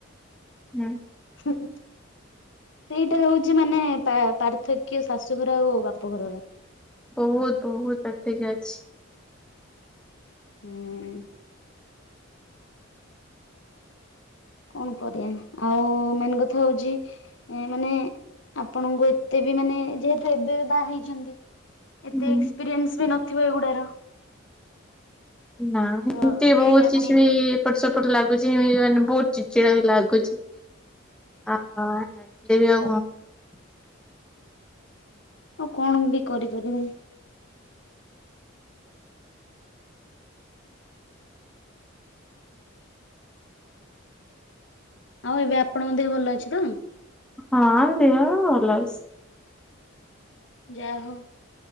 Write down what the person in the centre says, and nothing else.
ହୁଁ।
ବହୁତ ବହୁତ ପାର୍ଥକ୍ୟ ଅଛି।
ହୁଁ
ନା
ଏମିତି, ବହୁତ
କିଛି
ବି ଏପଟ ସେପଟ ଲାଗୁଚି, ଏମତି ମାନେ ବହୁତ ଚିଡଚିଡା ବି ଲାଗୁଚି। ହଁ ହଁ, ଲାଗିଲେ ବି ଆଉ କଣ? ହବ।
ହଁ ଅ, ଦେହ ଭଲ ଅଛି।